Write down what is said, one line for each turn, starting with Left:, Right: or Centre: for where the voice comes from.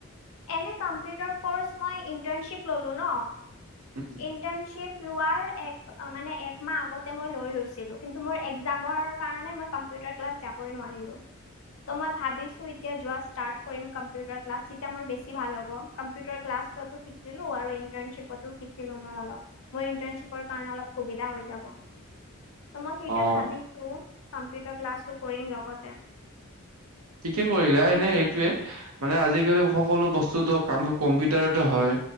Left: এনে কম্পিউটাৰ কৰ্চ মই ইন্টাৰ্ণশ্বিপ ললো নহ
Right: উম,
Left: ইন্টাৰ্ণশ্বিপ লোৱাৰ এক মানে একমাহ আগতে মই লৈ লৈছিলো কিন্তু মোৰ একজামৰ কাৰণে মই পা কম্পিউটাৰ ক্লাছ যাবই নোৱাৰিলো ত মই ভাবিছো এতিয়া যোৱা ষ্টাৰ্ত কৰিম কম্পিউটাৰ ক্লাছ তেতিয়া মোৰ বেছি ভাল হ'ব। কম্পিউটাৰ ক্লাছতটো শিকিলো আৰু ইন্টাৰনছিপটো শিকিলো মই অলপ। ইণ্টাৰ্ণশ্বিপৰ কাৰণে অলপ সুবিধা হৈ যাব। ত মই সেইটোৱে
Right: অ',
Left: ভাবিছোঁ কম্পিউটাৰ ক্লাছো কৰিম লগতে।
Right: ঠিকে কৰিলা।
Left: ত' উম,
Right: এনে এইটোৱে মানে আজি-কালি ওখ সকলো বস্তুটো কামতো কম্পিউটাৰতে হয়।